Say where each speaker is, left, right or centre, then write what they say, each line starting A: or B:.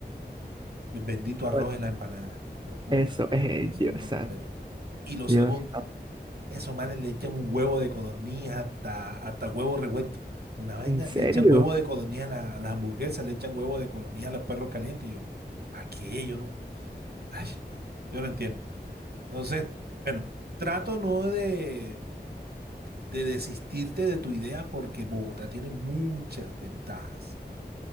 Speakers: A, on the right; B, on the right.
A: el bendito arroz
B: cuál?
A: en la empanada. Hueputa,
B: Eso, ey,
A: eso
B: Dios
A: no lo
B: santo,
A: tolero. Y lo
B: Dios
A: segundo,
B: santo.
A: esos manes le echan un huevo de codorniz hasta, hasta huevo revuelto. De una vaina,
B: ¿En serio?
A: le echan huevo de codorniz a, la- a las hamburguesas, le echan huevo de codorniz a los perros calientes. Y yo, ¿para qué? Yo no, ay, no, yo no entiendo. Entonces, bueno, trato no de, de desistirte de tu idea porque Bogotá tiene muchas ventajas.